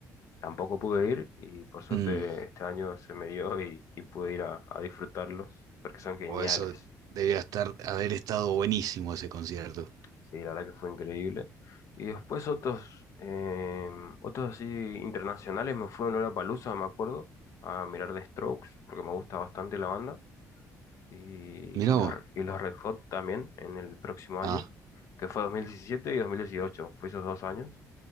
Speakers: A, on the left; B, on the right.
A: tampoco pude ir y por suerte
B: Mm,
A: este año se me dio y, y pude ir a, a disfrutarlos porque son geniales.
B: o eso debía estar, haber estado buenísimo ese concierto.
A: Sí, la verdad que fue increíble. Y después otros, eh, otros así internacionales me fui a Lollapalooza, me acuerdo, a mirar The Strokes porque me gusta bastante la banda. y,
B: Mirá
A: y los,
B: vos.
A: y los Red Hot también en el próximo
B: Ah,
A: año, que fue 2017 y 2018, fue esos dos años.